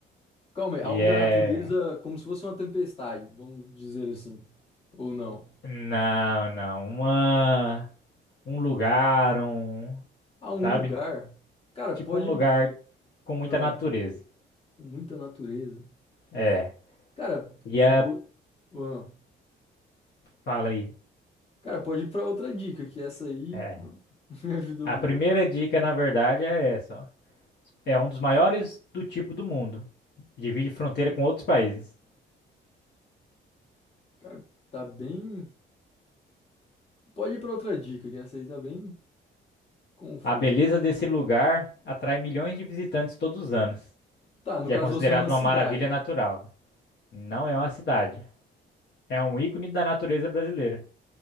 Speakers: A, on the left; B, on the left.
A: Calma aí, algo
B: E é...
A: da natureza, como se fosse uma tempestade, vamos dizer assim. Ou não.
B: Não, não, uma... um lugar, um,
A: Ah, um
B: sabe?
A: lugar. Cara,
B: Tipo
A: pode.
B: um lugar com muita
A: Ah,
B: natureza.
A: com muita natureza.
B: É.
A: Cara,
B: E a,
A: no... ah,
B: fala aí.
A: cara, pode ir pra outra dica, que essa aí
B: É,
A: não <laughs> me ajudou
B: a
A: muito.
B: primeira dica, na verdade, é essa, ó. É um dos maiores do tipo do mundo. Divide fronteira com outros países.
A: Cara, tá bem. Pode ir pra outra dica, que essa aí tá bem confusa.
B: A beleza desse lugar atrai milhões de visitantes todos os anos
A: Tá, no
B: e
A: caso
B: é considerado
A: você é uma cidade.
B: uma maravilha natural. Não é uma cidade, é um ícone da natureza brasileira.